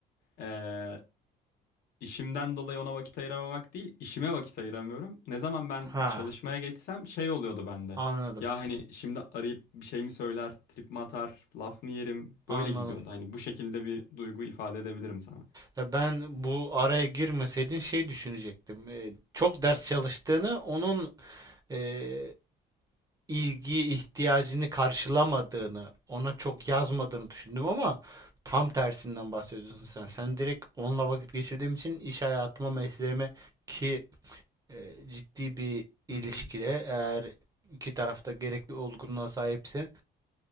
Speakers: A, on the left; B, on the right.
A: ee, işimden dolayı ona vakit ayıramamak değil, işime vakit ayıramıyorum. Ne zaman ben
B: Ha,
A: çalışmaya geçsem şey oluyordu bende.
B: anladım.
A: Ya hani şimdi arayıp bir şey mi söyler, trip mi atar, laf mı yerim?
B: Anladım.
A: Böyle gidiyordu. Hani bu şekilde bir duygu ifade edebilirim sana.
B: Ya ben bu araya girmeseydin şey düşünecektim. Ee, çok ders çalıştığını onun ee, ilgi ihtiyacını karşılamadığını, ona çok yazmadığını düşündüm ama tam tersinden bahsediyorsun sen. Sen direkt onunla vakit geçirdiğim için iş hayatıma, mesleğime ki e, ciddi bir ilişkide
A: Hı hı.
B: eğer iki tarafta gerekli olgunluğa sahipse